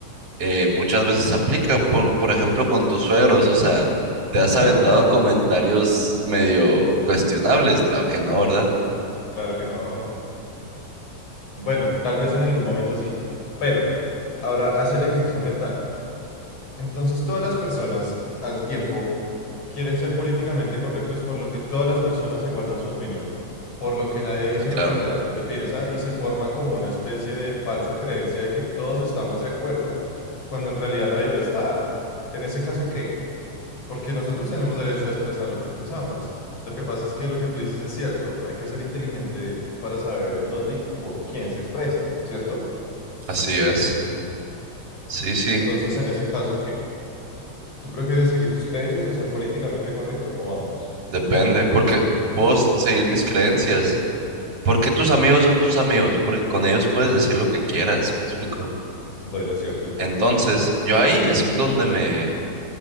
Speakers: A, on the right; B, on the left.
A: eh, muchas veces aplica, por, por ejemplo, con tus suegros, o sea, te has
B: <laughs>
A: aventado comentarios medio cuestionables, claro que no, ¿verdad?
B: Claro que no. Bueno, tal vez en algún momento sí, pero ahora haz el ejercicio mental. Entonces todas las personas al tiempo quieren ser políticamente correctos por lo que todas las personas se guardan su opinión, por lo que nadie dice
A: Ah, claro,
B: lo que realmente piensa y se forma como una especie de falsa creencia de que todos estamos de acuerdo cuando en realidad nadie lo está. En ese caso, ¿qué? Porque nosotros tenemos derecho a expresar lo que pensamos. Lo que pasa es que lo que tú dices es cierto. Hay que ser inteligente para saber en dónde y con quién se expresa, ¿cierto?
A: así es. Sí, sí,
B: Entonces, en ese caso, ¿qué? ¿Tú prefieres seguir tus creencias o ser políticamente correcto o ambos?
A: depende, porque puedo s- seguir mis creencias, porque tus amigos son tus amigos, porque con ellos puedes decir lo que quieras, ¿me explico?
B: Bueno, es cierto.
A: Entonces, yo ahí es donde me,